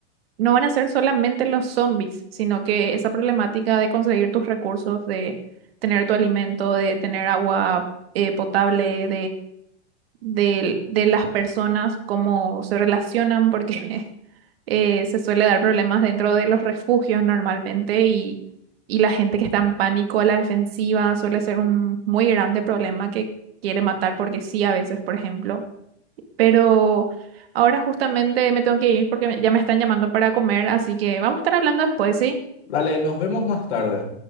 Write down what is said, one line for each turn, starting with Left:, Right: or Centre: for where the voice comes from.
Right: no van a ser solamente los zombies, sino que esa problemática de conseguir tus recursos, de tener tu alimento, de tener agua eh, potable, de, de las personas, cómo se relacionan, porque <laughs> eh, se suele dar problemas dentro de los refugios normalmente y, y la gente que está en pánico a la defensiva suele ser un muy grande problema que quiere matar porque sí, a veces, por ejemplo. Pero ahora justamente me tengo que ir porque me- ya me están llamando para comer, así que vamos a estar hablando después, ¿sí?
Left: Dale, nos vemos más tarde.